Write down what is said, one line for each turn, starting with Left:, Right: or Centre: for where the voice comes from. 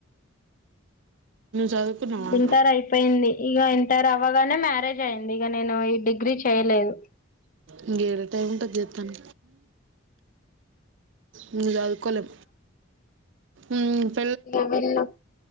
Right: చదువుకున్నావా
Left: ఇంటర్ అయిపోయింది ఇగ టర్ అవ్వగానే మ్యారేజ్ అయింది ఇక నేను ఈ డిగ్రీ చేయలేదు.
Right: ఇంగేడ టైంపాస్ చెత్తాన ఇంగరావు కొలం ఉ
Left: ఇగ వెళ్ళం